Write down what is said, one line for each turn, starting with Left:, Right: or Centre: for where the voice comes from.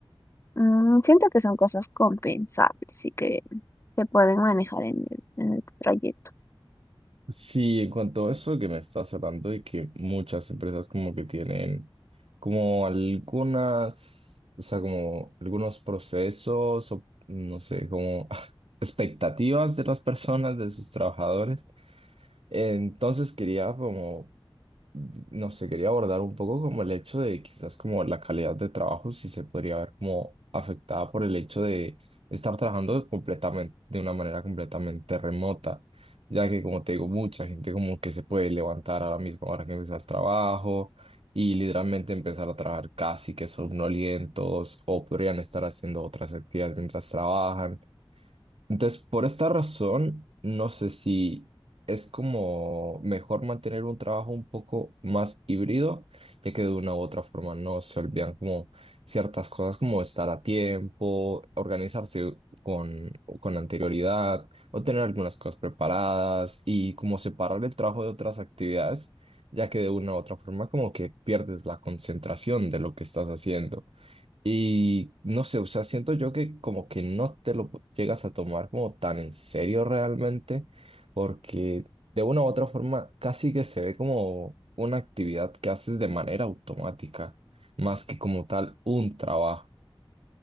Left: Mm, siento que son cosas compensables y que se pueden manejar en el, en el trayecto.
Right: Sí, en cuanto a eso que me estás hablando de que muchas empresas como que tienen como algunas, o sea, como algunos procesos o no sé, como <laughs> expectativas de las personas, de sus trabajadores. Entonces quería como, no sé, quería abordar un poco como el hecho de quizás como la calidad de trabajo, si se podría ver como afectada por el hecho de estar trabajando completamente, de una manera completamente remota, ya que como te digo, mucha gente como que se puede levantar a la misma hora que empieza el trabajo y literalmente empezar a trabajar casi que somnolientos o podrían estar haciendo otras actividades mientras trabajan. Entonces, por esta razón, no sé si es como mejor mantener un trabajo un poco más híbrido, ya que de una u otra forma no se olvidan como ciertas cosas como estar a tiempo, organizarse con, con anterioridad o tener algunas cosas preparadas y como separar el trabajo de otras actividades, ya que de una u otra forma como que pierdes la concentración de lo que estás haciendo. Y no sé, o sea, siento yo que como que no te lo llegas a tomar como tan en serio realmente, porque de una u otra forma casi que se ve como una actividad que haces de manera automática, más que como tal un trabajo.